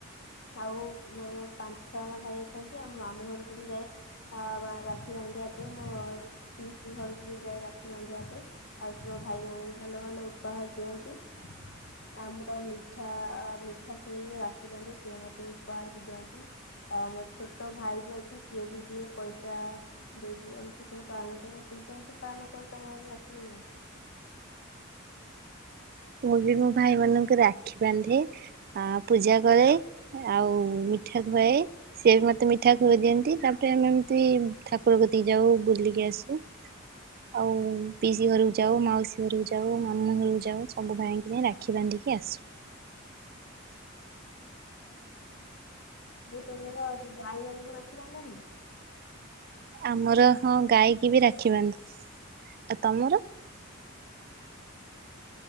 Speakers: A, on the left; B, on the right.
A: ଆଉ ମୋର ପାଞ୍ଚ ଜଣ ଭାଇ ଅଛନ୍ତି ଆମ ମା ମୁ ଘରକୁ ବି ଯାଏ ଆ ରାକ୍ଷୀ ବାନ୍ଧିବା ପାଇଁ ମୁଁ ପିଇସି ଘରକୁ ବି ଯାଏ ରା ବାନ୍ଧିବା ପାଇଁ ଆଉ ମୋ ଭାଇ ମାନେ ଭଲ ଭଲ ଉପହାର ଦିଅନ୍ତି। ଆମର ମିଠା -ମିଠା ଖୁଏଇକି ରାଖି ବାନ୍ଧେ ସେ ମତେ ଉପହାର ଦିଅନ୍ତି। ଆଉ ମୋର ଛୋଟ ଭାଇ ବି ଅଛି ସିଏ ବି ଦିଏ ପଇସା। <unintelligible> ଏଇଠି ସବୁ ପାଳନ କରେ। ତୁ କେମିତି ପାଳନ କରୁ ତ ଘରେ ରାକ୍ଷୀ ପୂର୍ଣିମା?
B: ମୁଁ ବି ମୋ ଭାଇ ମାନଙ୍କୁ ରାକ୍ଷୀ ବାନ୍ଧେ। ଆ- ପୂଜା କରେ ଆଉ ମିଠା ଖୁଆଏ ସିଏ ବି ମତେ ମିଠା ଖୁଆଇ ଦିଅନ୍ତି ତାପରେ ଆମେ ଏମିତି ଠାକୁର କତିକି ଯାଉ ବୁଲିକି ଆସୁ। ଆଉ ପିଇସି ଘରକୁ ଯାଉ ମାଉସୀ ମାଉସୀ ଘରକୁ ଯାଉ ମାମୁଁ ଘରକୁ ଯାଉ ସବୁ ଭାଇଙ୍କି ଯାଇ ରାକ୍ଷୀ ବାନ୍ଧିକି ଆସୁ।
A: ହୁଁ। ଆଉ ତମର ଗାଈ ମାନଙ୍କୁ ରାକ୍ଷି ବାନ୍ଧନି?
B: ଆମର ହଁ ଗାଈକ ବି ରାକ୍ଷୀ ବାନ୍ଧୁ। ଆଉ ତମର?
A: ହଁ।